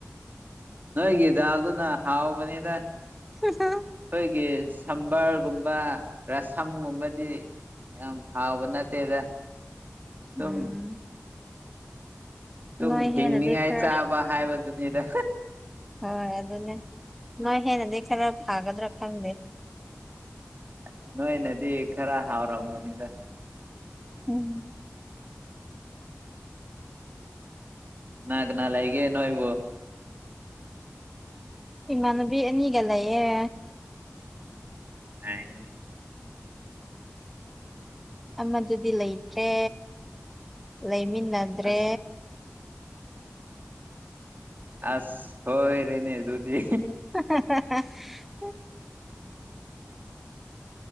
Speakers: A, on the right; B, in the centre.
A: ꯅꯣꯏꯒꯤ ꯗꯥꯜꯗꯨꯅ ꯍꯥꯎꯕꯅꯤꯗ
B: <unintelligible>
A: ꯈꯣꯏꯒꯤ ꯁꯝꯕꯔꯒꯨꯝꯕ ꯔꯥꯁꯝꯒꯨꯝꯕꯗꯤ ꯌꯥꯝ ꯍꯥꯎꯕ ꯅꯠꯇꯦꯗ
B: ꯎꯝ
A: ꯁꯨꯝ ꯁꯨꯝ
B: ꯅꯣꯏ
A: ꯍꯤꯡꯅꯤꯡꯉꯥꯏ
B: ꯍꯦꯟꯅꯗꯤ ꯈꯔ
A: ꯆꯥꯕ ꯍꯥꯏꯕꯗꯨꯅꯤꯗ
B: ꯍꯣꯏ ꯑꯗꯨꯅꯦ ꯅꯣꯏ ꯍꯦꯟꯅꯗꯤ ꯈꯔ ꯐꯥꯒꯗ꯭ꯔꯥ ꯈꯪꯗꯦ
A: ꯑꯁ ꯅꯣꯏꯅꯗꯤ ꯈꯔ ꯍꯥꯎꯔꯝꯒꯅꯤꯗ
B: ꯎꯝ
A: ꯀꯅꯥ ꯀꯅꯥ ꯂꯩꯒꯦ ꯅꯣꯏꯕꯨ
B: ꯏꯃꯥꯟꯅꯕꯤ ꯑꯅꯤꯒ ꯂꯩꯌꯦ
A: ꯅꯨꯉꯥꯏꯌꯦꯅꯦ
B: ꯑꯃꯗꯨꯗꯤ ꯂꯩꯇ꯭ꯔꯦ ꯂꯩꯃꯤꯟꯅꯗ꯭ꯔꯦ
A: ꯑꯁ ꯑꯁ ꯁꯣꯏꯔꯦꯅꯤ ꯑꯗꯨꯗꯤ
B: <unintelligible>